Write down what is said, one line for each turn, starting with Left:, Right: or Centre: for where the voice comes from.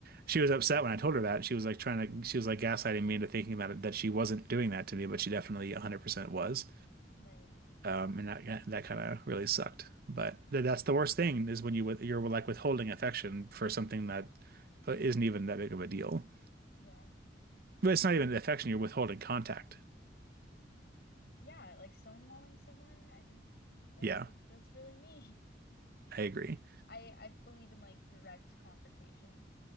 Right: she was upset when I told her that. She was like trying to, she was like gaslighting me into thinking that that she wasn't doing that to me, but she definitely 100% was.
Left: right.
Right: Um, and that that kind of really sucked. But th that's the worst thing is when you with- you're like withholding affection for something that uh, isn't even that big of a deal.
Left: Yeah.
Right: But it's not even affection, you're withholding contact.
Left: Yeah, like stonewalling someone, I think that's
Right: Yeah.
Left: like that's really mean.
Right: I agree.
Left: <laughs> I I believe in like direct confrontation.